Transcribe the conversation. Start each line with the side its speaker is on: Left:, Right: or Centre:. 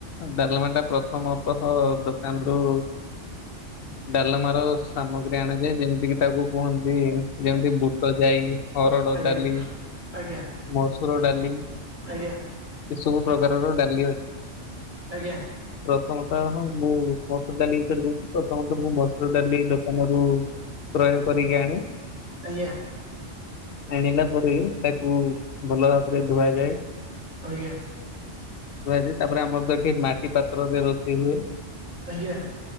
Left: ଡାଲମା ଟା ପ୍ରଥମତଃ ଦୋକାନରୁୁ
Right: <inaudible>
Left: ଡାଲମାର ସାମଗ୍ରୀ ଆଣାଯାଏ ଯେମିତି କିି ତାକୁ କୁହନ୍ତି ଯେମିତି ବୁଟ ଯାଇ ଅରଡ଼
Right: ଆଜ୍ଞା
Left: ଡାଲି
Right: ଆଜ୍ଞା
Left: ମସୁର ଡାଲି
Right: ଆଜ୍ଞା
Left: ଏସବୁ ପ୍ରକାରର ଡାଲି ଅଛି।
Right: ଆଜ୍ଞା।
Left: ପ୍ରଥମତଃ ହଁ ମୁଁ ମସୁର ଡାଲି ବିଷରେ କହୁଛି ପ୍ରଥମତଃ ମୁଁ ମସୁର ଡାଲି ଦୋକାନରୁ କ୍ରୟ କରିକି ଆଣେ।
Right: ଆଜ୍ଞା।
Left: ଆଣିଲା ପରେ ତାକୁ ଭଲ ଭାବରେ ଧୁଆଯାଏ।
Right: ଆଜ୍ଞା।
Left: ଧୁଆଯଏ ତାପରେ ଆମର ତ ଏଠି ମାଟି ପାତ୍ରରେ ରୋଷେଇ ହୁଏ।
Right: ଆଜ୍ଞା।